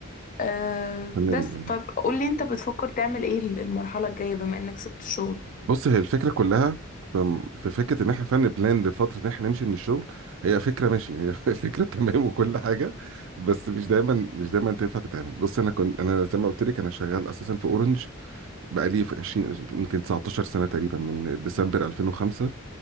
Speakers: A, on the left; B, on the right.
A: أه
B: تمام
A: بس طب قول لي أنت بتفكر تعمل إيه المرحلة الجاية بما إنك سبت الشغل
B: بص هي الفكرة كلها في في فكرة إن إحنا فعلا بلان لفترة إن إحنا نمشي من الشغل هي فكرة ماشي هي <laughs> فكرة تمام وكل حاجة بس مش دايما مش دايما تنفع تتعمل بص أنا كنت أنا زي ما قلت لك أنا شغال أساسا في أورنج بقالي في 20 أس- يمكن 19 سنة تقريبا من ديسمبر 2005